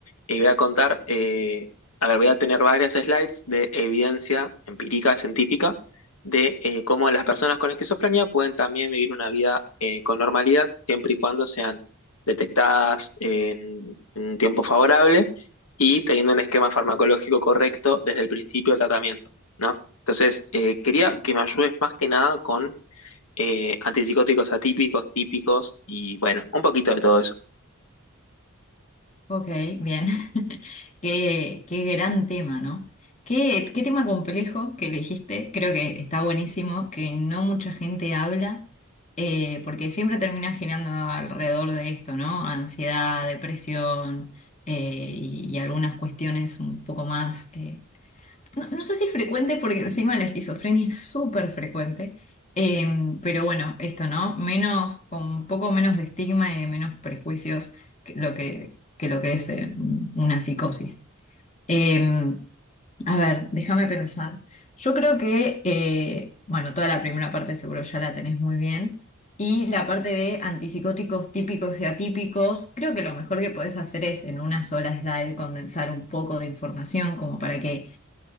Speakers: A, on the left; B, on the left.
A: y voy a contar, eh, a ver, voy a tener varias slides de evidencia empírica científica de eh, cómo las personas con esquizofrenia pueden también vivir una vida eh, con normalidad, siempre y cuando sean detectadas en, un tiempo favorable y teniendo un esquema farmacológico correcto desde el principio del tratamiento, ¿no? Entonces, eh, quería que me ayudes más que nada con eh, antipsicóticos atípicos, típicos y bueno, un poquito de todo eso.
B: Ok, bien. <laughs> Qué, qué gran tema, ¿no? Qué, qué tema complejo que elegiste. Creo que está buenísimo, que no mucha gente habla, eh, porque siempre termina girando alrededor de esto, ¿no? Ansiedad, depresión, eh, y, y algunas cuestiones un poco más... eh, No, no sé si es frecuente porque encima la esquizofrenia es súper frecuente, Em, pero bueno, esto, ¿no? Menos, con un poco menos de estigma y de menos prejuicios que lo que, que lo que es eh, un- una psicosis. Em, a ver, déjame pensar. Yo creo que, eh, bueno, toda la primera parte seguro ya la tenés muy bien. Y la parte de antipsicóticos típicos y atípicos, creo que lo mejor que podés hacer es en una sola slide condensar un poco de información como para que